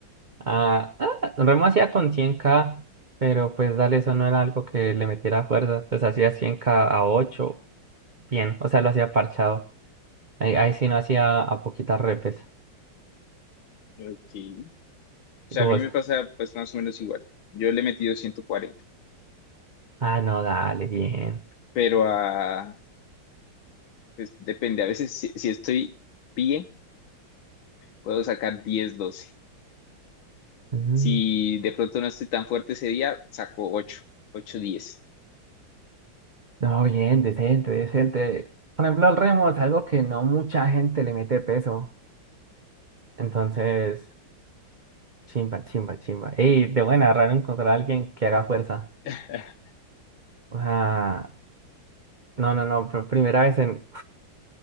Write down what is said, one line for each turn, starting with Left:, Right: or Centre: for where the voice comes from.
Right: Ah, ah, Remo hacía con 100k, pero pues dale, eso no era algo que le metiera fuerza. Pues hacía 100k a 8 bien, o sea, lo hacía parchado. Ahí, ahí sí no hacía a poquitas repes.
Left: ok. O sea,
Right: Y vos,
Left: a mí me pasa pues más o menos igual. Yo le he metido ciento cuarenta
Right: ah, no, dale, bien.
Left: pero a, pues depende, a veces si, si estoy bien, puedo sacar 10 doce
Right: Mm,
Left: Si de pronto no estoy tan fuerte ese día, saco ocho ocho diez
Right: No, bien, decente, decente. Por ejemplo, al Remo es algo que no mucha gente le mete peso. Entonces, chimba, chimba, chimba. Ey, de buena, raro encontrar a alguien que haga fuerza.
Left: <laughs>
Right: O sea, no, no, no, pr- primera vez en,